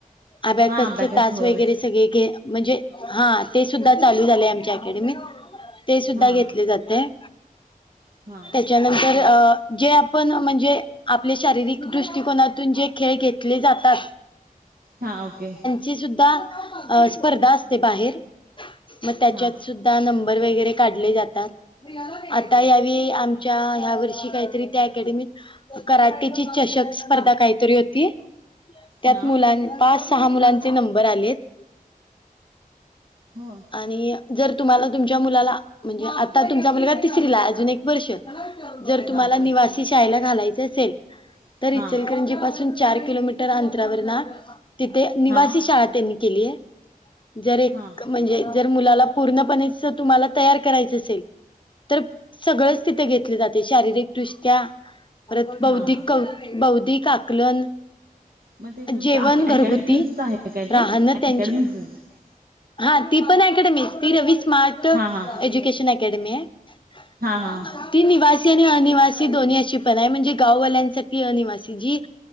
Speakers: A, on the left; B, on the right.
A: अबॅकस
B: हा
A: च तास
B: होय.
A: वगैरे सगळे घे म्हणजे, हा, ते सुद्धा चालू झाले आमच्या अकॅडमीत ते सुद्धा
B: हा
A: घेतले जाते.
B: हा
A: त्याच्यानंतर
B: ओके.
A: अ जे पण म्हणजे आपले, शारीरिक दृष्टकोनातून जे खेळ घेतले जातात.
B: हां, ओके.
A: ती सुद्धा स्पर्धा असते बाहेर, मग त्याचा
B: हा
A: सुद्धा. नंबर वगैरे काढले जातात आता, यावेळी आमच्या ह्या वर्षी काहीतरी त्या अकॅडमीत कराटेची चषक स्पर्धा काहीतरी होती. त्यात
B: हा
A: मुलां पाच सहा, मुलांचे नंबर आलेत.
B: होय
A: आणि, जर तुम्हाला तुमच्या मुलाला म्हणजे, आता तुमचा मुलगा तिसरी ला अजून एक वर्ष जर तुम्हाला
B: हा ओके.
A: निवासी शाळेला घालायच असेल,
B: घाला
A: तर इचलकरंजीपासून.
B: हा
A: चार किलोमीटर अंतरावर ना तिथे निवासी
B: हा.
A: शाळा त्यांनी केली आहे. जर एक
B: हा हा
A: म्हणजे जर मुलाला पूर्णपणे तुम्हाला तयार करायचं असेल तर सगळंच तिथे घेतले जाते, शारीरिक दृष्ट्या परत
B: हा
A: बौद्धिक, बौद्धिक आकलन
B: मग ते तुमच्या
A: जेवण
B: अकॅडमीच
A: घरगुती,
B: आहे काय
A: राहणं
B: ते?
A: त्यांचे.
B: अकॅडमीचच
A: हा, ती पण अकॅडमीच ती रवी स्मार्ट
B: हा हा
A: एज्युकेशन अकॅडमी आहे.
B: हा
A: <unintelligible>
B: हा
A: ती निवासी आणि अनिवासी दोन्ही अशी पण आहे म्हणजे गाववाल्यांसाठी अनिवासी जी